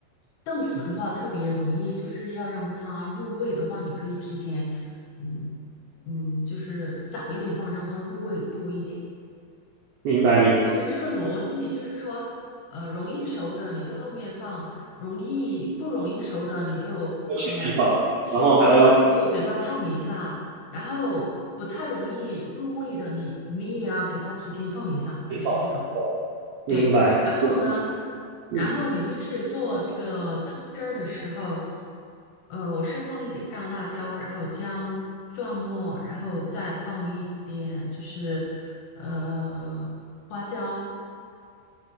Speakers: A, on the left; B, on the right.
A: 豆腐的话，特别容易，就是要让它入味的话，你可以提前嗯。嗯，就是早一点放，让它入味多一点。
B: 明白明白，
A: 反正这个逻辑就是说，呃，容易熟的你就后面放，容易不容易熟的你就呃先先就给它烫一下，
B: 要前面放，对然后还要要后
A: 然后不太容易入味的你你也要给它提前放一下，
B: 面放，
A: 就是这种。
B: 对明白。
A: 对，然后呢，
B: 嗯，嗯
A: 然后你就是做这个汤汁儿的时候，呃，我是放一点干辣椒，然后姜、蒜末，然后再放一点就是呃花椒，